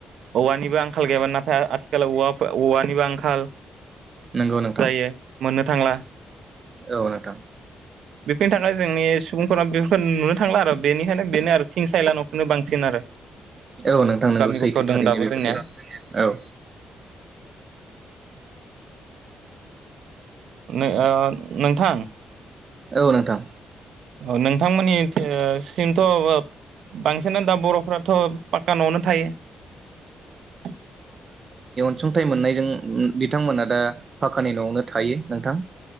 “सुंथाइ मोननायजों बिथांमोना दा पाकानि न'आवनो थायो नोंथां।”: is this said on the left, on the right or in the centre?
Right